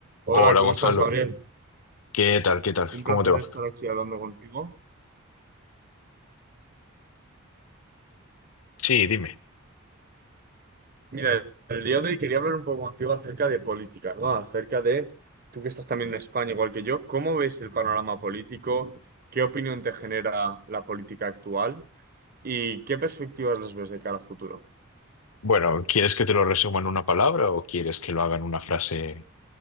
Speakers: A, on the right; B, on the left.
A: Hola,
B: Hola
A: ¿cómo
B: Gonzalo,
A: estás, Gabriel?
B: ¿qué tal? ¿Qué tal?
A: Un
B: ¿Cómo
A: placer
B: te va?
A: estar aquí hablando contigo.
B: Sí, dime.
A: Mira, el día de hoy quería hablar un poco contigo acerca de política, ¿no? Acerca de, tú que estás también en España, igual que yo, ¿cómo ves el panorama político? ¿Qué opinión te genera la política actual? ¿Y qué perspectivas les ves de cara al futuro?
B: Bueno, ¿quieres que te lo resuma en una palabra o quieres que lo haga en una frase